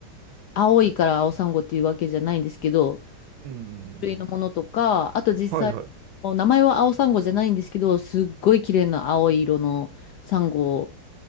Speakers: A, on the left; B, on the right.
A: 青いから青サンゴっていうわけじゃないんですけど、
B: うん。
A: 種類のものとか、あと実際、
B: はいはい。あ
A: もう名前は青サンゴじゃないんですけど、すっごい綺麗な青い色のサンゴ